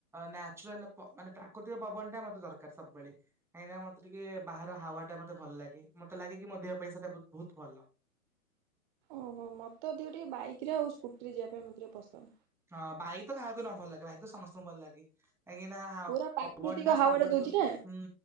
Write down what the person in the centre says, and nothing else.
ନ୍ୟଚୁରାଲ ମାନେ ପ୍ରାକୃତିକ ପବନ ଟା ମତେ ଦରକାର ସବୁବେଳେ। କାହିଁକିନା ମତେ ଟିକେ ବାହାର ହାୱାଟା ମତେ ଭଲ ଲାଗେ ମତେ ଲାଗେ କି ମୋ ଦେହ ପାଇଁ ସେଇଟା ବହୁତ ଭଲ।
ହଁ ବାଇକ୍ ତ କାହାକୁ ନ ଭଲ ଲାଗେ ବାଇକ ତ ସମସ୍ତଙ୍କୁ ଭଲ ଲାଗେ। କାହିଁକି ନା ହଁ
ପବନଟା
ସବୁଆଡ଼େ
ଦୋଉଥୁବ
ହୁଁ।